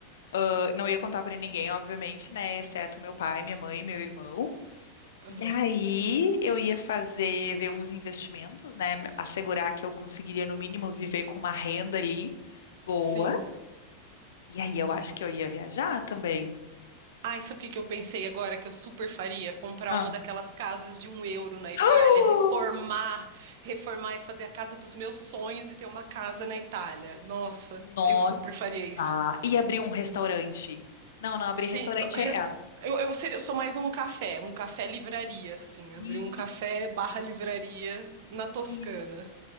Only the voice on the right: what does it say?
aham,
sim.
Ai, sabe o que que eu pensei agora que eu super faria? Comprar
uma daquelas casas de um euro na Itália,
reformar, reformar e fazer a casa dos meus sonhos e ter uma casa na Itália. Nossa,
eu super faria isso.
Sim,
não, resta-
eu, eu seria, eu sou mais um café, um café livraria, assim,
abrir um café barra livraria na Toscana.